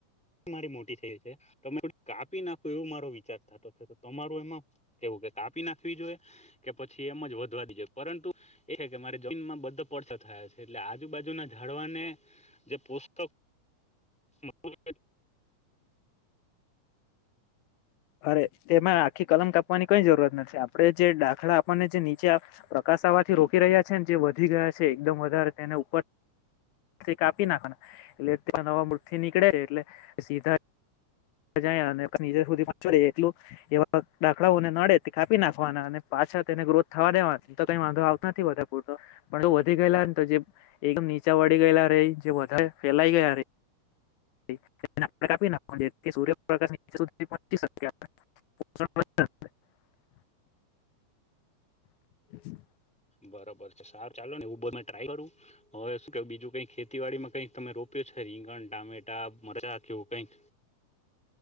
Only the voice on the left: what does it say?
અરે તેમાં આખી કલમ કાપવાની કઈ જરૂરત નથી, આપડે જે દાખલા આપણને જે નીચે પ્ર સાવાથી રોકી રહ્યા છે ને જે વધી ગયા છે એકદમ વધારે, તેને ઉપર કાપી નાખવાના, એટલે ત્યાં નવા મૂળથી નીકળે એટલે સીધા જાય અને નીચે સુધી કાચું રહી જાય એટલું એવા દાખલાઓને નડે તે કાપી નાખવાના અને પા અચ્છા તેને ગ્રોથ થવા દેવાય તો કઈ વાંધો આવતો નથી બા પૂરતો, પણ વધી ગયેલા ને તો જે એકદમ નીચા વળી ગયેલા રે, જે વધારે ફેલાઈ ગયયા રે <unintelligible> ના સર્યપકાશ પચી <inaudible>
<inaudible>